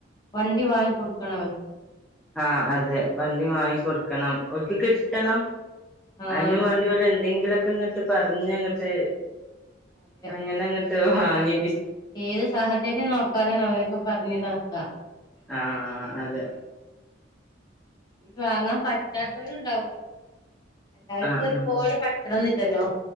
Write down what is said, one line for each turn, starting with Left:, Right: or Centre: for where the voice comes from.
Left: വണ്ടി വാങ്ങി കൊടുക്കണം അവർക്ക്
Centre: ആ അതെ വണ്ടി വാങ്ങി കൊടുക്കണം ഒർക്ക് കിട്ടണം
Left: ആഹ്
Centre: അയ്നും വാണ്ടി ഓല് എന്തെങ്കിലു ക്കങ്ങട്ട് പറഞ്ഞങ്ങട്ട്
Left: അതെ
Centre: അങ്ങെനങ്ങ് ഹ് വാങ്ങി
Left: ഏത് സാഹചര്യം നോക്കാതെയാണ് അവരൊക്കെ പറഞ്ഞു ഞ്ഞ് ഇതാക്ക
Centre: ആഹ ആ അതെ
Left: ഇത് വാങ്ങാൻ പറ്റാത്തവരുണ്ടാവല്ലോ ഹലോ എല്ലാരും
Centre: ആഹ്
Left: ഇ ഒരുപോലെ
Centre: ആഹ്
Left: പറ്റണം ല്ലല്ലോ